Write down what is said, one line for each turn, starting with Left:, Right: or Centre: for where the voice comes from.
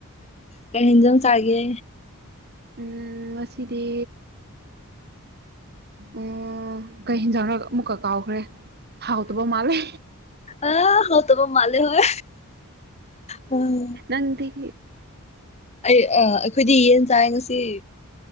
Left: ꯀꯩ ꯍꯦꯟꯖꯟ ꯆꯥꯒꯦ
Right: ꯎꯝ ꯉꯁꯤꯗꯤ ꯎ ꯀꯩ ꯍꯦꯟꯖꯥꯔ ꯑꯃꯨꯛꯀ ꯀꯥꯎꯈ꯭ꯔꯦ ꯍꯥꯎꯇꯕ ꯃꯥꯜꯂꯦ
Left: ꯑ ꯍ ꯇꯄ ꯃꯜꯦ ꯍ ꯎꯝ
Right: ꯅꯡꯗꯤ
Left: ꯑꯩ ꯑꯩꯈꯣꯏꯗꯤ ꯌꯦꯟ ꯆꯥꯏ ꯉꯁꯤ